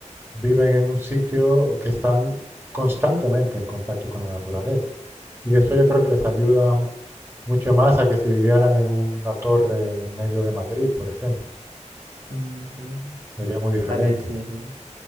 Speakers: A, on the right; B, on the right.
A: viven en un sitio que están constantemente en contacto con la naturaleza. Y eso yo creo que les ayuda m- mucho más a que si vivieran en una torre en medio de Madrid, por ejemplo.
B: Ujú.
A: Sería muy diferente.
B: Dale, sí, sí.